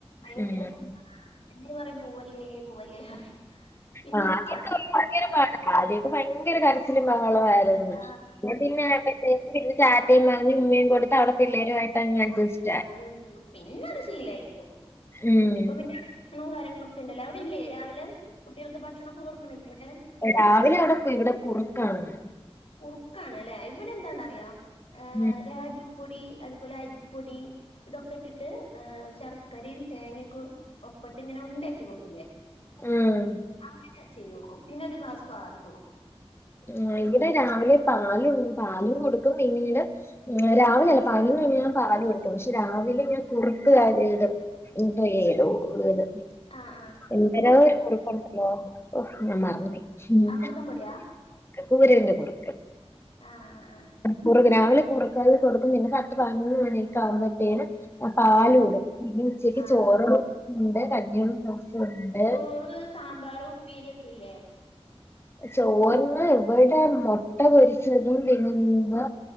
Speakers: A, on the left; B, on the left.
A: ഭയങ്കര
B: ഉം
A: സങ്കടാണ് എന്നോട് പറയും പൂവല്ലേ പൂവല്ലേ പറയും പിന്നെ
B: ആ
A: ഇപ്പ കൊഴപ്പല്ല
B: ഇപ്പൊ ഭയങ്കര പാട ആദ്യ ഒക്കെ ഭയങ്കര കരച്ചിലും ഭഹളോം ആയിര്ന്ന്
A: ആഹ്
B: പിന്നെ പിന്നായപ്പഴ്ത്തേക്ക്‌ ഇവള് റ്റാറ്റയും പറഞ്ഞ് ഉമ്മയും കൊടുത്ത് അവിടെ പിള്ളേരുവായിട്ടങ്ങഡ്ജസ്റ്റ്
A: <unintelligible> പിന്നെ അത് ശീലായിക്കോളും
B: ഉം
A: ഇപ്പൊ പിന്നെ ഭക്ഷണവും കാര്യങ്ങളൊക്കെ ഇണ്ടല്ലോ അവിടില്ലേ രാവിലെ കുട്ടികൾക്ക് ഭക്ഷണൊക്കെ കൊടുക്കണില്ലേ അവടെ
B: രാവിലെ അവിടെ ഇവിടെ കുറുക്കാണ്
A: കുറുക്കാണ്ല്ലെ ഇവിടെ എന്താന്നറിയോ ഏ
B: ഉം
A: രാഗി പൊടി അതുപോലെ അരിപ്പൊടി ഇതൊക്കെ ഇട്ടിട്ട് ശർ ക്കരയും തേങ്ങൊക്കെ ഒപ്പട്ട്ങ്ങനെ ഉണ്ടയാക്കി കൊടുക്കില്ലേ
B: ഉം
A: അങ്ങനെ ചെയ്ത് കൊടുക്കും പിന്നെ ഒരു ഗ്ലാസ് പാലും കൊടുക്കും
B: ആ ഇവിടെ രാവിലെ പാലു പാലും കൊടുക്കും പിന്നീട് രാവിലെ അല്ല പതിനൊന്നുമണികയാകുമ്പോൾ ഞാൻ പാലും കൊടുക്കും പക്ഷെ രാവിലെ ഞാൻ കുറുക്ക് കാര്യ ഇടും <unintelligible> ഏതു ഏത്
A: ആ ആ
B: എന്തോരോഒരു കുറുക്കുണ്ടാലോ ഓ ഞാൻ മറന്നു പോയി.
A: അമൃതം പൊടിയാ
B: കൂരകന്റെ കുറക്ക്
A: ആഹ് ആ ആഹ്
B: കുറക്ക് രാവിലെ കുറക്കൽ കൊടുക്കും. പിന്നെ പത്ത് പതിനൊന്ന് മണിയൊക്കെ ആവുമ്പോഴത്തേന് ആ പാലുകൊടുക്കും
A: ഉം
B: പിന്ന ഉച്ചക്ക്
A: ആഹ്
B: ചോറോണ്ട് കഞ്ഞിക്കൊടുപ്പോണ്ട്
A: ചോറ്, സാമ്പാർ, ഉപ്പേരി ഒക്കെ ഇല്ലേ?
B: ചോർന് ഇവിടെ ആ മുട്ട പൊരിച്ചതും പിന്നെ എന്താ